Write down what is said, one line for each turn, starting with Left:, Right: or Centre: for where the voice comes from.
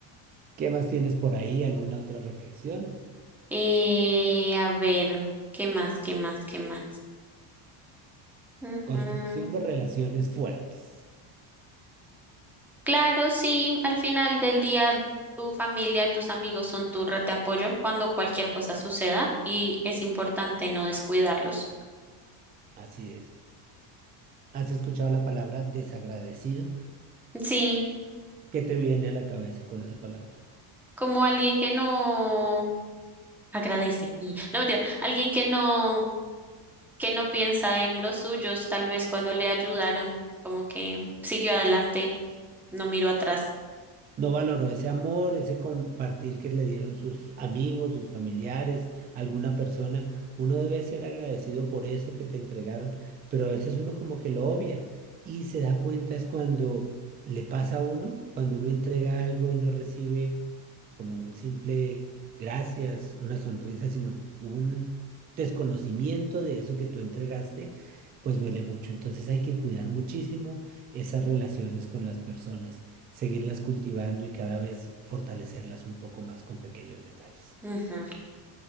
Right: ¿qué más tienes por ahí? ¿Alguna otra reflexión?
Centre: Eh, a ver, ¿qué más? ¿Qué más? ¿Qué más? Ujú.
Right: Construcción de relaciones fuertes.
Centre: Claro, sí, al final del día tu familia, tus amigos son tu red de apoyo cuando cualquier cosa suceda y es importante no descuidarlos.
Right: Así es. ¿Has escuchado la palabra desagradecido?
Centre: Sí,
Right: ¿Qué te viene a la cabeza con esa palabra?
Centre: como alguien que no agradece y no mentira, alguien que no que no piensa en los suyos, tal vez cuando le ayudaron, como que siguió adelante, no miró atrás.
Right: No valoró ese amor, ese compartir que le dieron sus amigos, sus familiares, alguna persona. Uno debe ser agradecido por eso que te entregaron, pero a veces uno como que lo obvia y se da cuenta es cuando le pasa a uno, cuando uno entrega algo y no recibe como un simple gracias, una sonrisa, sino un desconocimiento de eso que tú entregaste, pues duele mucho. Entonces hay que cuidar muchísimo esas relaciones con las personas seguirlas cultivando y cada vez fortalecerlas un poco más con pequeños detalles.
Centre: Ujú.